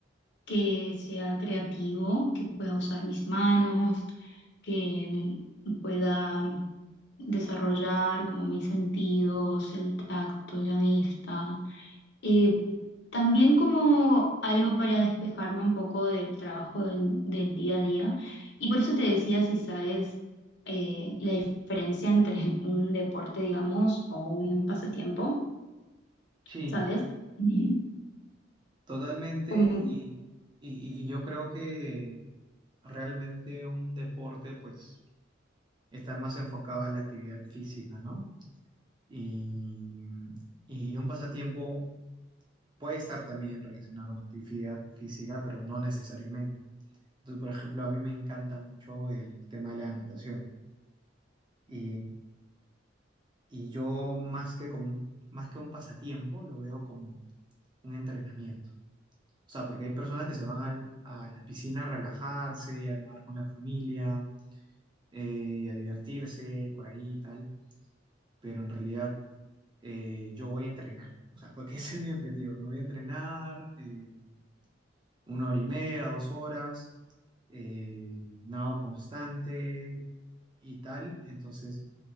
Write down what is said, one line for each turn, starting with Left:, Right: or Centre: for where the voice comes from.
Left: que sea creativo, que pueda usar mis manos, que em, pueda desarrollar como mis sentidos, el tacto, la vista. Eh, también como algo para despejarme un poco del trabajo del, del día a día. Y por eso te decía si sabes eh, la diferencia entre <laughs> un deporte, digamos, o un pasatiempo,
Right: Sí,
Left: ¿sabes? Ujú.
Right: totalmente.
Left: Como,
Right: Y, y- y yo creo que realmente un deporte, pues, está más enfocado a la actividad física, ¿no? Y, y un pasatiempo. Puede estar también relacionado con actividad física, pero no necesariamente. Entonces, por ejemplo, a mí me encanta mucho el tema de la natación. Y, y yo más que como un- más que un pasatiempo, lo veo como un entrenamiento. O sea, porque hay personas que se van al- a la piscina a relajarse, a nadar con la familia, eh, a divertirse por ahí y tal, pero en realidad eh, yo voy a entrenar. O sea, porque <laughs> ese es mi objetivo. Me voy a entrenar eh, una hora y media, dos horas, eh, nado constante y tal. Entonces,